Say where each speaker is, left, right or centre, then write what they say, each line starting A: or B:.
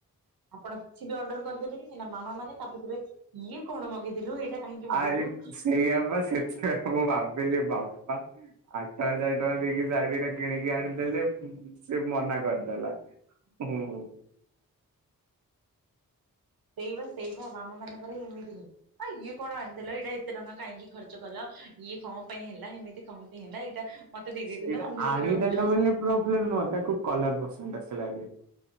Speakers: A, on the right; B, on the right.
A: ଆପଣ କିଛି ବି ଅର୍ଡର କରିଦେବେନି, କାହିଁକି ନା ମାମା ମାନେ ତାପରେ କହିବେ, ଇଏ କଣ ମଗେଇଦେଲୁ ଏଇଟା କାହିଁକି
B: ଆ
A: ମଗେଇଲୁ
B: ସେଇଆ ବା ସେଥିପାଇ ମୁଁ ଭାବିଲି ବାପା ଆଠ ହଜାର ଟଙ୍କା ଦେଇକି ଶାଢୀ ଟା କିଣିକି ଆଣିଦେଲେ ସେ ମନା କରିଦେଲା। ହୁଁ ହୁଁ।
A: ସେଇବା ସେଇବା ମାମା ମାନଙ୍କର ହିଁ ଏମିତି ଆଁ ଇଏ କଣ ଆଣିଦେଲ। ଏଇଟା ଏତେ ଟଙ୍କା କାହିଁକି ଖର୍ଚ୍ଚ କଲ। ଇଏ କଣ ପାଇଁ ହେଲା, ଏମିତି କଣ ପାଇଁ ହେଲା ଏଇଟା ମତେ ଦେଇ ଦେଇଥାନ୍ତ
B: ସେଇଟା
A: ମୁଁ ଯାଇକି
B: ଆଣିଦେଲେ
A: ଗୋଟେ ଭଲଟେ ବାଛି
B: ବୋଲି ପ୍ରୋବ୍ଲେମ ନୁହଁ, ତାକୁ କଲର ପସନ୍ଦ ଆସିଲାନି।